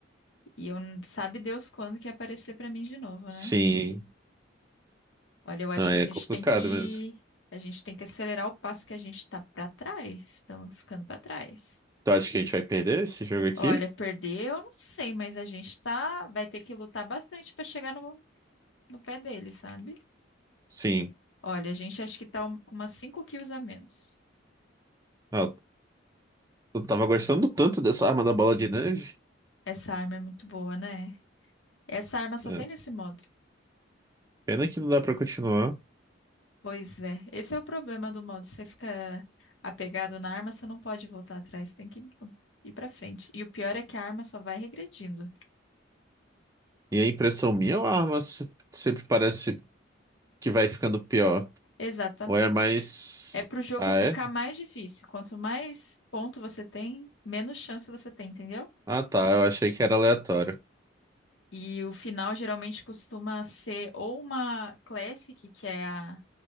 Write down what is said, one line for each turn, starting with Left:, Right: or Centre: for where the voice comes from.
Left: e eu n- sabe Deus quando que ia aparecer para mim de novo, né?
Right: Sim,
Left: Olha, eu acho
Right: não, é
Left: que a gente
Right: complicado
Left: tem que
Right: mesmo.
Left: a gente tem que acelerar o passo que a gente tá para trás, estamos ficando para trás.
Right: Tu acha que a gente vai perder esse jogo aqui?
Left: Olha, perder, eu não sei, mas a gente tá, vai ter que lutar bastante para chegar no, no pé dele, sabe?
Right: Sim.
Left: Olha, a gente acho que tá um- com umas 5 quilos a menos.
Right: Ah, eu tava gostando tanto dessa arma da bola de neve.
Left: Essa arma é muito boa, né? Essa arma só
Right: É,
Left: tem nesse modo.
Right: Pena que não dá pra continuar.
Left: Pois é, esse é o problema do modo. Você fica apegado na arma, você não pode voltar atrás, tem que ir pra frente. E o pior é que a arma só vai regredindo.
Right: E a impressão minha, a arma se- sempre parece. que vai ficando pior.
Left: Exatamente.
Right: Ou é mais.
Left: É pro jogo
Right: Ah,
Left: ficar
Right: é?
Left: mais difícil. Quanto mais ponto você tem, menos chance você tem, entendeu?
Right: Ah, tá. Eu achei que era aleatório.
Left: E o final geralmente costuma ser ou uma Classic, que é a